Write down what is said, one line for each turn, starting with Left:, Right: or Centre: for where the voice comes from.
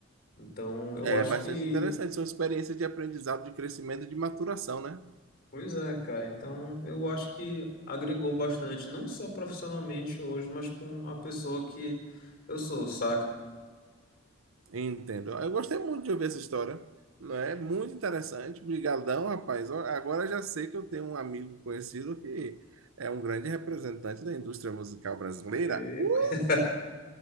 Left: Então, eu
Right: É
Left: acho
Right: bastante
Left: que.
Right: interessante, são experiências de aprendizado, de crescimento, e de maturação, né?
Left: Pois é, cara. Então, eu acho que agregou bastante, não só profissionalmente hoje, mas com a pessoa que eu sou, saca?
Right: Entendo. Eu gostei muito de ouvir essa história, não é? Muito interessante. Obrigadão, rapaz. Ó, Agora já sei que eu tenho um amigo conhecido que é um grande representante da indústria musical brasileira.
Left: E-
Right: Uh!
Left: <laughs> Mas